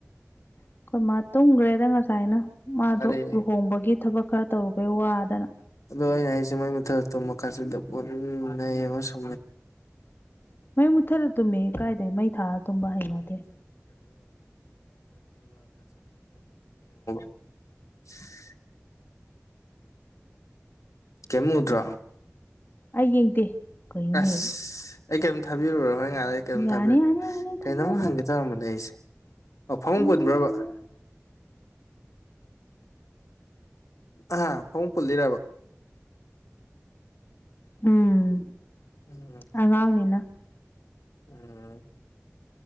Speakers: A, on the left (about 45°); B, on the left (about 90°).
A: ꯑꯩꯈꯣꯏ ꯃꯥ ꯇꯨꯝꯈ꯭ꯔꯦꯗ ꯉꯁꯥꯏꯅ ꯃꯥꯗꯣ
B: ꯑꯔꯦ
A: ꯂꯨꯍꯣꯡꯕꯒꯤ ꯊꯕꯛ ꯈꯔ ꯇꯧꯔꯨꯕꯩ ꯋꯥꯗꯅ
B: ꯑꯗꯣ ꯑꯩꯅ ꯍꯥꯏꯁꯦ ꯃꯣꯏ ꯃꯊꯛ ꯇ ꯃꯈꯥꯁꯤꯗ ꯄꯨꯟꯅ ꯌꯦꯡꯉ ꯁꯨꯝ
A: ꯃꯩ ꯃꯨꯠꯊꯠꯂ ꯇꯨꯝꯃꯦ ꯀꯥꯏꯗꯩ ꯃꯩ ꯊꯥꯜꯂ ꯇꯨꯝꯕ ꯍꯩꯅꯗꯦ
B: <unintelligible> <unintelligible> ꯀꯦꯝꯎꯗ꯭ꯔꯥ
A: ꯑꯩ ꯌꯦꯡꯗꯦ ꯀꯩꯅꯣꯅꯦ
B: ꯑꯁ ꯑꯩ ꯀꯔꯤꯝꯇ ꯊꯥꯕꯤꯔꯨꯔꯣ ꯍꯣꯏ ꯉꯥꯏꯥ ꯀꯩꯅꯣꯝ
A: ꯌꯥꯅꯤ
B: ꯊꯥꯕꯤꯔꯛꯀꯦ
A: ꯌꯥꯅꯤ ꯌꯥꯅꯤ ꯊꯥꯕꯤꯔꯛꯀꯅꯨ
B: ꯀꯩꯅꯣꯝ ꯍꯪꯒꯦ ꯇꯧꯔꯝꯕꯅꯦ ꯑꯩꯁꯦ ꯑꯣ ꯐꯃꯨꯡ
A: ꯉꯝꯃꯔꯣꯏ
B: ꯄꯨꯟꯕ꯭ꯔꯕ
A: ꯉꯝꯃꯔꯣꯏ
B: ꯑꯍꯥ ꯐꯃꯨꯡ ꯄꯨꯜꯂꯤꯔꯕ
A: ꯎꯝ
B: ꯎꯝ
A: ꯑꯉꯥꯡꯅꯤꯅ
B: ꯎꯝ